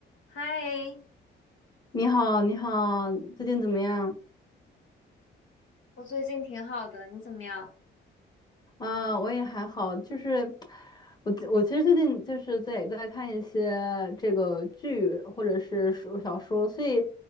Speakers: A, on the left (about 75°); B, on the left (about 20°).
A: 嗨，
B: 你好，你好，最近怎么样？
A: 我最近挺好的，你怎么样？
B: 啊、我也还好，就是我我其实最近就是在在看一些这个剧或者是说小说，所以